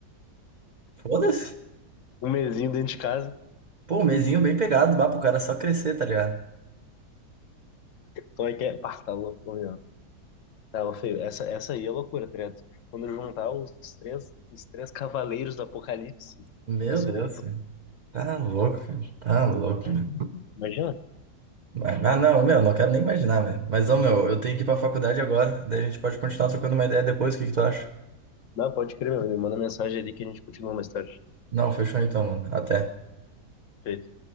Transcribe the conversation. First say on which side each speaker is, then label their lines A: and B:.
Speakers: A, on the right; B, on the left.
A: Foda-se.
B: Um mesinho dentro de casa,
A: Pô, um mesinho bem pegado, bah, pro cara só crescer, tá ligado?
B: como é que é? Pá, tá louco, ô, meu. Tá, ô, feio, essa, essa aí é loucura, tá ligado? Quando eu juntar os três, os três cavaleiros do Apocalipse,
A: Meu
B: vai ser
A: Deus,
B: loucura.
A: velho. Tá louco, cara. Tá louco,
B: Imagina,
A: meu.
B: imagina.
A: Mas- Ah, não, meu, não quero nem imaginar, velho. Mas, ô, meu, eu tenho que ir pra faculdade agora, daí a gente pode continuar trocando uma ideia depois, o que que tu acha?
B: Não, pode crer, meu. Me manda mensagem ali que a gente continua mais tarde.
A: Não, fechou então, mano. Até.
B: Feio.